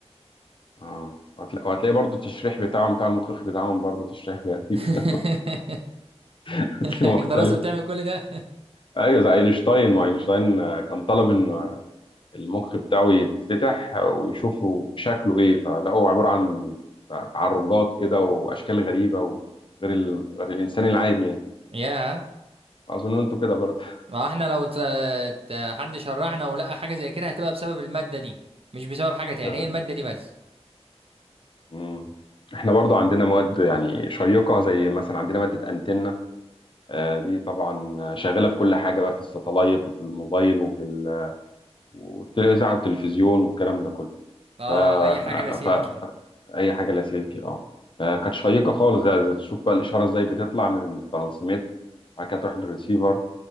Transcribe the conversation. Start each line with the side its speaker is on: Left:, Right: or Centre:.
Left: اه وهتلا- وهتلاقي برضو التشريح بتاعهم بتاع المخيخ بتاعهم برضو تشريح غريب
Right: <laughs>
Left: <laughs> هتلاقيه
Right: الدراسة
Left: مختلف
Right: بتعمل كل ده
Left: ايوه زي اينشتاين ما اينشتاين آه، كان طالب ان المخ بتاعه يتفتح ويشوفوا شكله ايه فلقوا عبارة عن تع- تعرجات كده واشكال غريبة وغير ال... غير الانسان العادي يعني
Right: يا
Left: اظن انتوا كده برضه
Right: ما احنا لو ت- ت- حد شرحنا ولقى حاجة زي كده هتبقى بسبب المادة دي مش بسبب
Left: <laughs>
Right: حاجة تاني
Left: تمام.
Right: هي المادة دي بس
Left: مم. احنا برضه عندنا مواد يعني شيقة زي مثلا عندنا مادة انتنة آه، دي طبعا شغالة في كل حاجة بقى في الساتلايت وفي الموبايل وفي ال... والتلفزيون والتلفزيون والكلام ده كله
Right: اه
Left: ف...
Right: اي حاجة لاسلكي
Left: ف... ف... اي حاجه لاسلكي اه فكانت شيقه خالص زي زي تشوف بقى الاشاره ازاي بتطلع من الترانسميت وبعد كده تروح للريسيفر